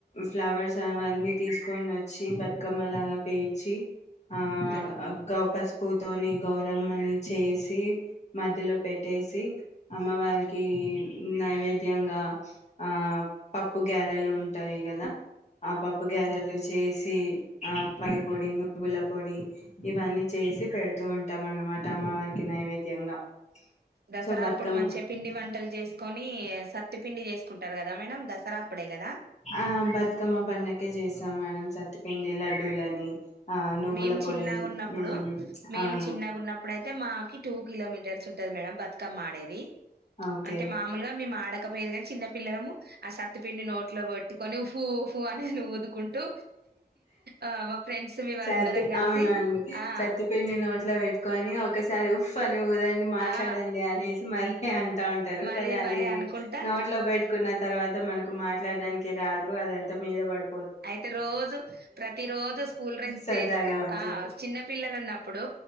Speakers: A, on the left; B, on the right.
A: ఫ్లవర్స్ అవన్నీ తీసుకొని వచ్చి ''బతుకమ్మలాగా'' పేర్చి ఆ
B: మేడం
A: గపాస్ ప్పుతోని గౌరమ్మని చేసి మధ్యలో పెట్టేసి అమ్మవారికి నైవేద్యంగా ఆ పప్పు గారెలు ఉంటాయి కదా ఆ పప్పు గారెలు చేసి ఆ పలి పొడి నువ్వుల పొడి ఇవన్నీ చేసి పెడుతూ ఉంటాం అన్నమాట అమ్మవారికి నైవేద్యంగా
B: దసరా
A: సో బతుకమ్మ
B: అప్పుడు మంచిగా పిండి వంటలు చేసుకొని సత్తి పండి చేసుకుంటారు కదా మేడం దసరా అప్పుడే కదా
A: ఆ బతుకమ్మ పన్నకే చేసి మేడం సత్పిండి లడ్డూలని ఆ నువ్వుల
B: మేము
A: పొడి
B: చిన్నగా ఉన్నప్పుడు
A: మ్మ్
B: మేము
A: అవును
B: చిన్నగా ఉన్నప్పుడు అయితే మాకి టూ కిలోమీటర్ ఉంటది మేడమ్ బతుకమ్మ ఆడేది
A: ఓకే
B: అంటే మామూలుగా మేమడ ఆడ ఇక్క పేరుగాద చిన్న పిల్లము ఆ సత్తిపిండి నోట్ లో బట్టి కొని హహూ అనేను ఊదుకుంటూ ఆ మా ఫ్రెండ్స్
A: సత్తు
B: అందరం కలిసి
A: అవునండి
B: ఆ
A: సత్తు పిండిని నోట్ల పెట్టుకొని ఒకస ఉఫ్ నువ్వుదండి మాట్లాడండి
B: ఆ
A: అనేసి మరి అండి అంట ఉంటారు
B: మరి
A: కానీ అది
B: మరి అనుకుంటా
A: నోట్ లో పెట్టుకున్న తర్వాత మనకు మాట్లాడడానికి రాదు అదంతే త మీద పడి
B: అయితే రోజు ప్రతి రోజు స్కూల్ డ్రెస్
A: సరదాగా
B: వేసుకు
A: ఉంటుంది
B: ఆ చిన్న పిల్లలు ఉన్నప్పుడు